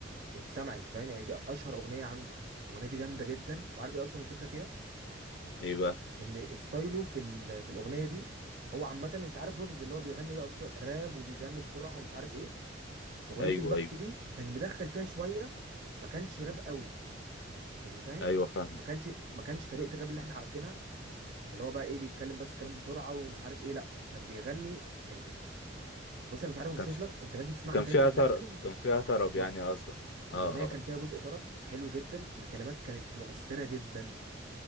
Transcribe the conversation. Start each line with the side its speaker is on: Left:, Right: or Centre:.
Right: اتسمعت فاهم يعني دي اشهر اغنيه عنده الاغنيه دي جامده جدا وعارف ايه اصلا الفكره فيها
Left: إيه بقى
Right: ان ستايله في ال- في الاغنيه دي هو عامه انت عارف ويجز اللي هو بيغني بقى بسرعه راب وبيغني بسرعه ومش عارف ايه اغنيه
Left: أيوه
Right: البخت
Left: أيوه
Right: دي كان مدخل فيها شويه ما كانش راب قوي يعني فاهم
Left: أيوه
Right: يعني
Left: فاهم
Right: ما كانش ما كانش طريقه الراب اللي احنا عارفينها اللي هو بقى ايه بيتكلم بس كلام بسرعه ومش عارف ايه لا كان بيغني يعني بص انا مش عارف اوصف
Left: كان في-
Right: لك انت لازم تسمعها
Left: كان
Right: تاني
Left: فيها
Right: وركز
Left: طرب كان فيها
Right: اه
Left: طرب
Right: بالظبط
Left: يعني قصدك اه
Right: الاغنيه كان
Left: اه
Right: فيها جزء طرب حلو جدا والكلمات كانت مؤثره جدا